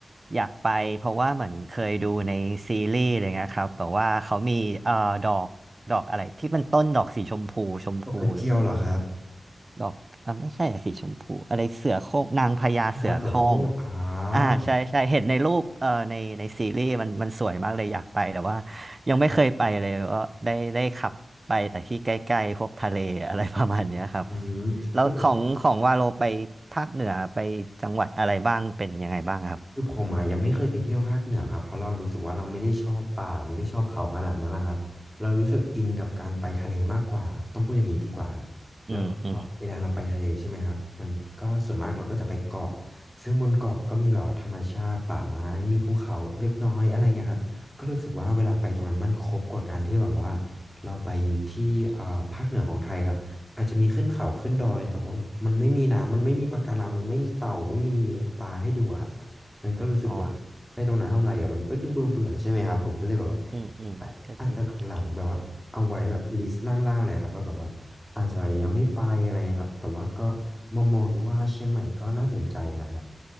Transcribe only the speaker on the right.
อยากไปเพราะว่าเหมือนเคยดูในซีรีส์อะไรเงี้ยครับแต่ว่าเขามีเอ่อดอกดอกอะไรที่มันต้นดอกสีชมพูชมพูอยู่
ดอกอ่ะไม่ใช่อะสีชมพูอะไรเสือโคร่งนางพญาเสือโคร่ง
อ่าใช่ใช่เห็นในรูปเอ่อในในซีรีส์มันมันสวยมากเลยอยากไปแต่ว่ายังไม่เคยไปเลยก็ได้ได้ขับไปแต่ที่ใกล้ๆพวกทะเลอะไรประมาณเนี้ยครับ
แล้วของของวาโลไปภาคเหนือไปจังหวัดอะไรบ้างเป็นยังไงบ้างครับ
อืมอืม
อ๋ออืมอืมก็จริง